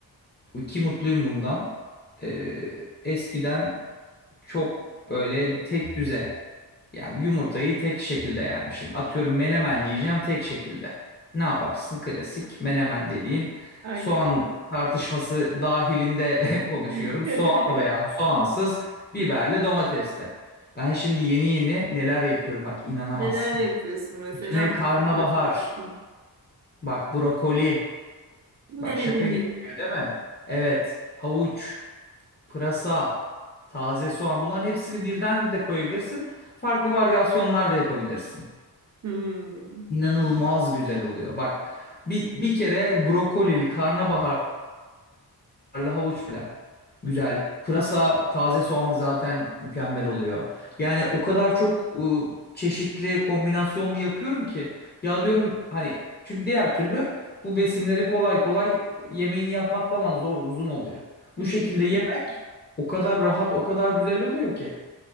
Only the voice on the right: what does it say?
Aynen.
<laughs>
Neler yapıyorsun mesela
anlat biraz hadi bakayım.
Menemeni.
Hmm.
Hmm.